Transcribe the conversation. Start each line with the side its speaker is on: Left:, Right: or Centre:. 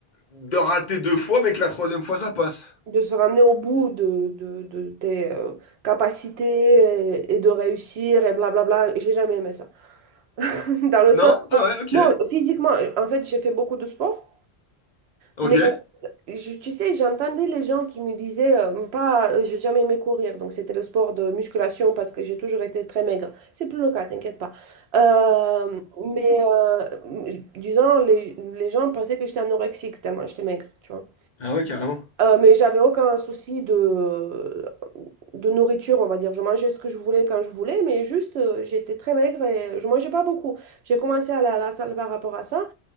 Left: de rater deux fois, mais que la troisième fois ça passe.
Right: De se ramener au bout de, de, de tes euh, capacités et, et de réussir et blablabla, j'ai jamais aimé ça. <laughs> Dans le
Left: Non?
Right: sens,
Left: Ah ouais, ok,
Right: non, physiquement, en fait, j'ai fait beaucoup de sport,
Left: ok.
Right: mais Je- tu sais, j'entendais les gens qui me disaient, euh, pas, euh, j'ai jamais aimé courir, donc c'était le sport de musculation parce que j'ai toujours été très maigre. C'est plus le cas, t'inquiète pas. Euh, mais euh, m- disons, les, les gens pensaient que j'étais anorexique tellement j'étais maigre, tu vois.
Left: Ah ouais, carrément.
Right: Euh, mais j'avais aucun souci de, de nourriture, on va dire. Je mangeais ce que je voulais quand je voulais, mais juste, euh, j'étais très maigre et je mangeais pas beaucoup. J'ai commencé à aller à la salle par rapport à ça